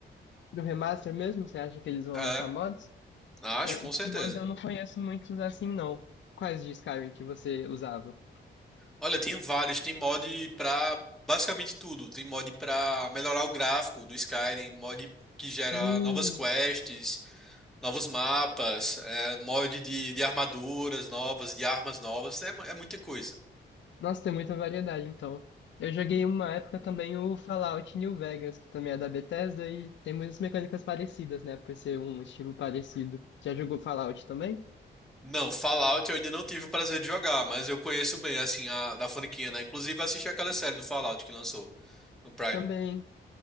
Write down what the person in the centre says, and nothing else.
É,
acho,
com certeza.
Olha, tem vários. Tem mod pra basicamente tudo. Tem mod pra melhorar o gráfico do Skyrim, mod que gera
novas quests, novos mapas, é, mod de, de armaduras novas, de armas novas. É, mu- é muita coisa.
Não, Fallout eu ainda não tive o prazer de jogar, mas eu conheço bem, assim, a, da Fonequinha, né? Inclusive, eu assisti aquela série do Fallout que lançou no Prime.